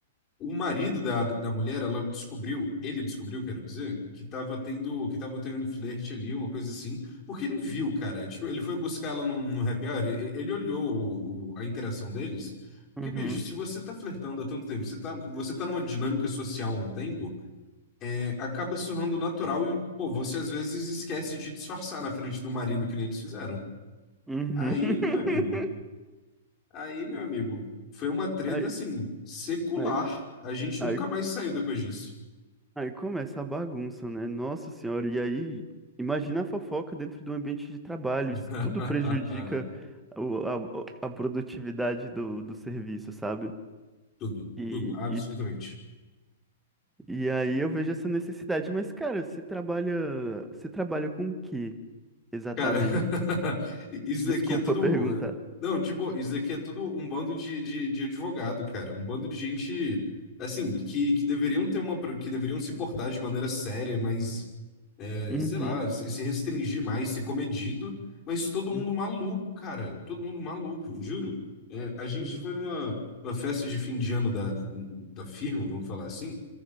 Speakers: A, on the left; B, in the centre.
A: o marido da, da mulher, ela descobriu, ele descobriu, quero dizer, que tava tendo, que tava tendo um flerte ali, uma coisa assim, porque ele viu, cara. Tipo, ele foi buscar ela no, no happy hour, e- ele, olhou o- o- a interação deles. Porque,
B: uhum,
A: bicho, se você tá flertando há tanto tempo, você tá, você tá numa dinâmica social há um tempo, é, acaba se tornando natural e, pô, você às vezes esquece de disfarçar na frente do marido, que nem eles fizeram.
B: uhum.
A: Aí,
B: <laughs>
A: meu amigo, aí, meu amigo, foi uma treta,
B: Aí,
A: assim, secular.
B: aí,
A: A gente
B: aí,
A: nunca mais saiu depois disso.
B: aí começa a bagunça, né? Nossa senhora, e aí imagina a fofoca dentro do ambiente de trabalho,
A: <laughs>
B: isso tudo prejudica o- a, a produtividade do, do serviço, sabe?
A: Tudo,
B: E,
A: tudo, absolutamente.
B: e, e aí eu vejo essa necessidade. Mas, cara, você trabalha, você trabalha com o que exatamente?
A: Cara, <laughs> isso
B: Desculpa
A: daqui é tudo.
B: perguntar.
A: Não, de boa, isso daqui é tudo um bando de, de, de advogado, cara. Um bando de gente, assim, que, que deveriam ter uma. pro- que deveriam se portar de maneira séria, mas, é,
B: Uhum,
A: sei lá, se se restringir mais, ser comedido. Mas todo
B: uhum,
A: mundo maluco, cara. Todo mundo maluco, juro. É, a gente
B: uhum,
A: foi numa, numa festa de fim de ano da, da firma, vamos falar assim.